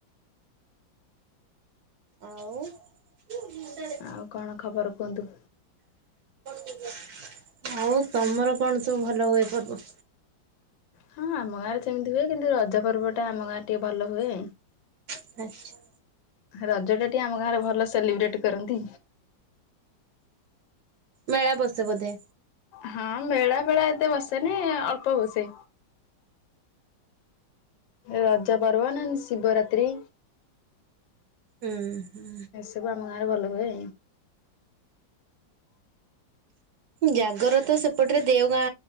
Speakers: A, on the right (about 65°); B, on the left (about 75°).
A: ଆଉ <inaudible>
B: ଆଉ କଣ ଖବର କୁହନ୍ତୁ?
A: <inaudible> ଆଉ ତମର କଣ ସବୁ ଭଲ ହୁଏ ପର୍ବ?
B: ହଁ ଆମ ଗାଁରେ ସେମିତି ହୁଏ କିନ୍ତୁ ରଜ ପର୍ବଟା ଆମ ଗାଁରେ ଟିକେ ଭଲ ହୁଏ।
A: ଆଚ୍ଛା।
B: ରଜ ଟା ଟିକେ ଆମ ଗାଁରେ ଭଲ ସେଲିବ୍ରେଟ କରନ୍ତି।
A: ମେଳା ବସେ ବଧେ?
B: ହଁ ମେଳା ଫେଳା ଏତେ ବସେନି ଅଳ୍ପ ବସେ। ରଜ ପର୍ବ ନହଲେ ଶିବରାତ୍ରି।
A: ଉ ହୁଁ।
B: ସବୁ ଆମ ଗାଁରେ ଭଲ ହୁଏ।
A: ଜାଗର ତ ସେପଟରେ ଦେଓ ଗାଁ